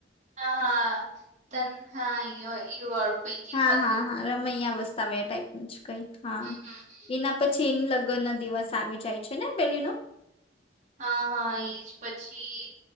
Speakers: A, on the right; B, on the left.
A: હા હા તને એ વાળું કઈક
B: હા
A: હતું
B: હા હા રમૈયા વસ્તાવૈયા ટાઈપ નું કઈ હા
A: હમ હમ
B: એના પછી એનું લગ્ન દિવસ આવી જાય છે ને પેલી નુ
A: હા હા એજ પછી